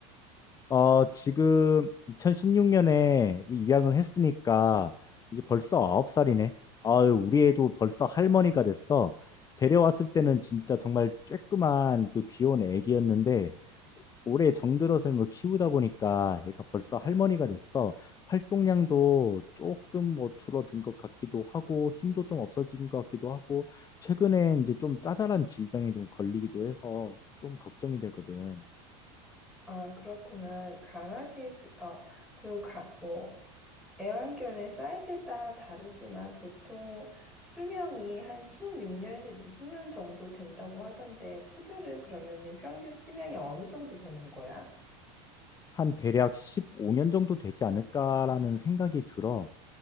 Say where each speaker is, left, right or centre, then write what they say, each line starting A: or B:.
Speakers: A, on the left; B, in the centre.
A: 어, 지금 2016년에 입양을 했으니까 이제 벌써 9살이네. 아유, 우리 애도 벌써 할머니가 됐어. 데려왔을 때는 진짜 정말 쬐끄만 그 귀여운 애기였는데 올해 정들어서 뭐 키우다 보니까 얘가 벌써 할머니가 됐어. 활동량도 조금 뭐 줄어든 것 같기도 하고 힘도 좀 없어진 것 같기도 하고 최근에 이제 좀 짜잘한 질병에 좀 걸리기도 해서 좀 걱정이 되거든.
B: 아, 그렇구나. 강아지, 수, 어, 그, 가, 뭐, 애완견의 사이즈에 따라 다르지만 보통 수명이 한 16년에서 20년 정도 된다고 하던데, 푸들은 그러면은 평균 수명이 어느 정도 되는 거야?
A: 한 대략 15년 정도 되지 않을까라는 생각이 들어.